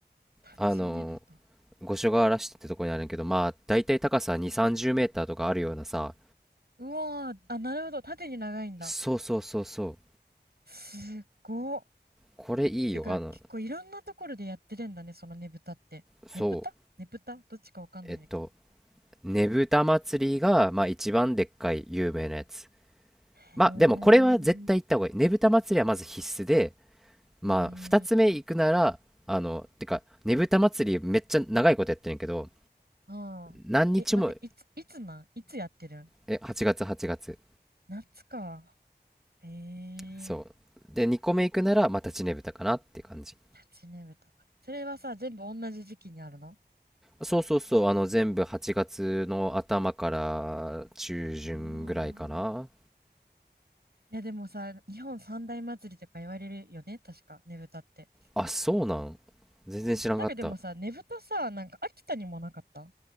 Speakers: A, on the right; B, in the centre.
A: 立ちねぶた。
B: あのー五所川原市ってとこにあるんだけどまあだいたい高さ2
A: 立ちねぶた。
B: 3 0メーターとかあるようなさ
A: うわー、あ、なるほど。縦に長いんだ。
B: そうそうそうそう
A: すごっ。
B: これいいよあの
A: てか、結構いろんなところでやってるんだね、そのねぶたって。
B: そう
A: ねぶたねぶたどっちかわかんないんだけど。
B: えっとねぶた祭りが、まあ、一番でっかい有名なやつ
A: へえ。
B: まあでもこれは絶対行った方がいいねぶた祭りはまず必須で
A: うん。
B: まあ2つ目行くならあのてかねぶた祭りめっちゃ長いことやってるんやけど
A: うーん。ああ。
B: 何日も
A: え、待って、いつ、いつなんいつやってるん
B: え8月8月
A: 夏か。へ
B: そうで2個目行くならまたちねぶたかなって感じ
A: え。夏ねぶた。それはさ、全部同じ時期にあるの
B: そうそうそうあの全部8月の頭から中旬ぐらいかな
A: うわー。いや、でもさ、日本三大祭りとか言われるよね、確か、ねぶたって。
B: あそうなん全然知らんかった
A: なんかでもさ、ねぶたさ、なんか秋田にもなかった